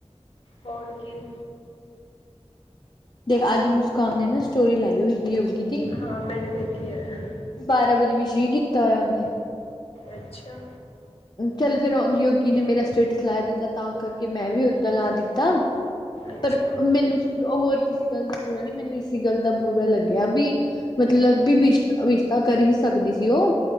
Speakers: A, on the left; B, on the left.
A: ਹੋਰ ਕੀ।
B: ਦੇਖ ਆੱਜ ਮੁਸਕਾਨ ਨੇ ਨਾ ਸਟੋਰੀ ਲਾਈ ਹੋਈ ਤੀ ਯੋਗੀ ਦੀ।
A: <unintelligible>
B: ਬਾਰਾਂ ਵਜੇ ਵੀਸ਼ ਵੀ ਕੀਤਾ ਹੋਏਆ ਓਨੇ।
A: ਅੱਛਾ
B: ਚਲ ਫੇਰ ਹੋਨ, ਯੋਗੀ ਨੇ ਮੇਰਾ ਸਟੇਟਸ ਲਾ ਦਿੱਤਾ ਤਾਂ ਕਰਕੇ ਮੈਂ ਵੀ ਓਦਾ ਲਾ ਦਿੱਤਾ
A: ਅੱਛਾ
B: ਪਰ ਮੈਨੂੰ, ਹੋਰ ਕਿਸੀ ਗੱਲ ਦਾ ਬੁਰਾ ਨੀ ਮੈਨੂੰ ਇਸੀ ਗੱਲ ਦਾ ਬੁਰਾ ਲੱਗੇਆ ਬੀ ਮਤਲਬ ਬੀ ਵਿਸ਼, ਵਿਸ਼ ਤਾ ਕਰ ਹੀ ਸਕਦੀ ਸੀ ਓ।